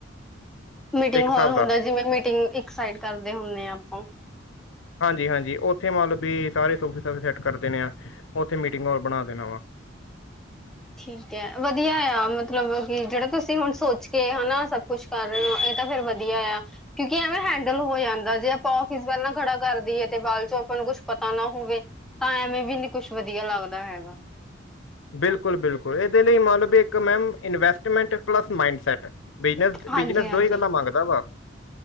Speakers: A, in the centre; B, on the left.
A: meeting
B: ਇੱਕ
A: ਹਾਲ
B: ਹਿਸਾਬ
A: ਹੁੰਦਾ,
B: ਦਾ
A: ਜਿਵੇਂ ਮੀਟਿੰਗ ਇੱਕ ਸਾਈਡ ਕਰਦੇ ਹੁੰਦੇ ਆ ਆਪਾਂ।
B: ਹਾਂਜੀ-ਹਾਂਜੀ, ਉੱਥੇ ਮਤਲਬ ਵੀ ਸਾਰੇ ਸੋਫ ਸਫੇ ਸੈਟ ਕਰਦੇ ਨੇ ਆ ਉੱਥੇ ਮੀਟਿੰਗ ਹੋਲ ਬਣਾ ਦੇਣਾ ਵਾ
A: ਠੀਕ ਹੈ, ਵਧੀਆ ਆ ਮਤਲਬ ਕਿ ਜਿਹੜਾ ਤੁਸੀਂ ਹੁਣ ਸੋਚ ਕੇ ਹਨਾ ਸਭ ਕੁਛ ਕਰ ਰਹੇ ਓ, ਇਹ ਤਾਂ ਫੇਰ ਵਧੀਆ ਆ। ਕਿਉਂਕਿ ਐਵੇਂ ਹੈਂਡਲ ਹੋ ਜਾਂਦਾ ਜੇ ਆਪਾਂ ਔਫਿਸ ਵਲ ਨੂੰ ਖੜਾ ਕਰਦੀ ਹੈ ਤੇ ਬਾਅਦ ਚੋਂ ਆਪਾਂ ਨੂੰ ਕੁਛ ਪਤਾ ਨਾ ਹੋਵੇ ਤਾਂ ਐਵੇਂ ਵੀ ਨੀ ਕੁਛ ਵਧੀਆ ਲੱਗਦਾ ਹੈਗਾ।
B: ਬਿਲਕੁਲ-ਬਿਲਕੁਲ, ਇਹਦੇ ਲਈ ਮਤਲਬ ਇੱਕ ma'am investment plus mindset. Business
A: ਹਾਂਜੀ
B: ਬਿਜਨਸ
A: ਹਾਂਜੀ
B: ਦੋ ਹੀ ਗੱਲਾਂ ਮੰਗਦਾ ਵਾ।